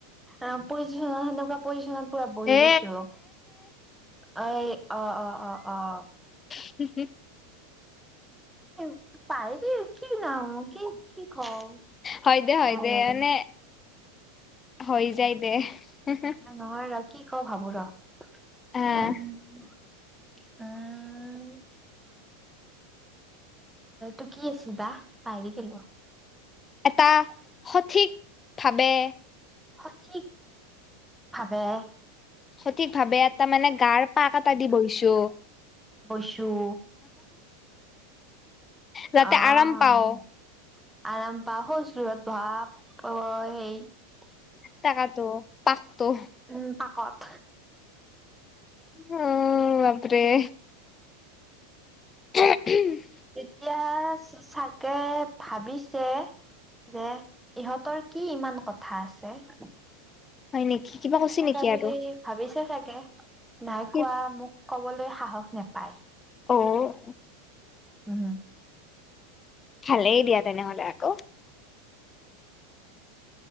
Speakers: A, in the centre; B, on the left (about 25°).
A: অ পজিছনত সেনেকুৱা পজিছনত পুৰা বহি
B: এ
A: লৈছো। আৰু এই অ অ অ অ।
B: <unintelligible>
A: <unintelligible> পাইৰি কি কি নাম কি কি কও
B: হয় দে হয়
A: <unintelligible>
B: দে মানে হৈ যায় দে হে হে -
A: নহয় ৰহ কি কও ভাবো ৰহ
B: আহ
A: ওম- ওম - তোৰ কি চিধা পাহৰি গেলোঁ।
B: এটা সঠিক ভাবে-
A: সঠিক ভাৱে-
B: সঠিক ভাৱে এটা মানে গাৰ পাক এটা দি বহিছোঁ।
A: বইছোঁ
B: যাতে
A: অঁ
B: আৰাম পাও
A: - আৰাম পাওঁ শৌচৰত ভাব পই সেই-
B: তাকাতো পাকটো-
A: উমঁ পাকত।
B: উমঁ বাপৰে-
A: উম
B: এহে ওমো-
A: তেতিয়া চাগে ভাবিছে- যে ইহঁতৰ কি ইমান কথা আছে-
B: হয় নেকি কিবা
A: সেনেকে
B: কৈছে নেকি
A: বুলি
B: আৰু
A: ভাবিছে চাগে নাই
B: কি
A: কোৱা মোক। ক'বলৈ সাহস নাপায়।
B: অহ-
A: উমঁ!
B: ভালেই দিয়া তেনেহলে আকৌ।